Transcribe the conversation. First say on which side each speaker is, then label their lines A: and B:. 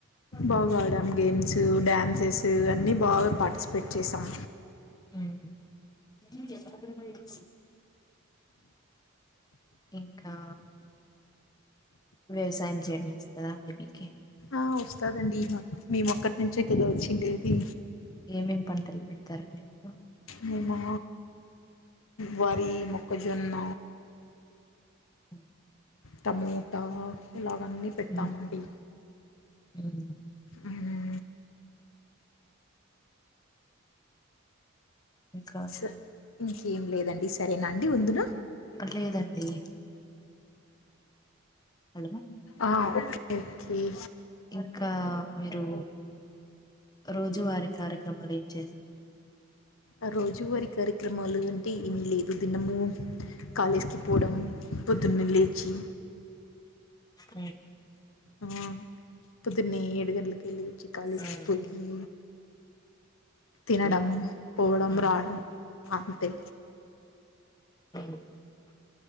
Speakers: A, on the left (about 20°); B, on the left (about 75°).
A: హ్మ్.
B: బాగా ఆడామ్ గేమ్సు డాన్స్స్ అన్నీ బాగా పార్టిస్పే పె చేసాం
A: హ్మ్ <unintelligible> ఇంకా వ్యవసాయమ్ చేయడమ్ వస్తదా మీకి
B: ఆ వస్తదండి మా మేము అక్కడ్నుంచే కదా వచ్చిండేది
A: ఏమేమ్ పంటలు పెడతారండి మీరు
B: మేమా వరి మొక్కజొన్న
A: హ్మ్
B: టమోటా ఇలా గ్ అన్ని పెడ్తామండి
A: హ్మ్. హ్మ్.
B: హ్మ్
A: ఇంకా
B: స ఇంకేం లేదండి సరేనా అండి ఉందున
A: లేదండి హలో
B: ఆ ఓకే ఓకే
A: ఇంకా మీరూ రోజువారి కార్యక్రమాలు ఏం చేస్
B: ఆ రోజువారి కార్యక్రమాలు అంటే ఏమ్ లేదు దిన్నము కాలేజ్కి పోడం పొద్దున్నె లేచి
A: హ్మ్
B: ఆ పొద్దున్నే ఏడు గంటలకి లే చ్చి కాలేజ్కి
A: హ్మ్.
B: పొయ్యి తినడం
A: హలో
B: పోడం
A: హ్మ్.
B: రాడం అంతే
A: హ్మ్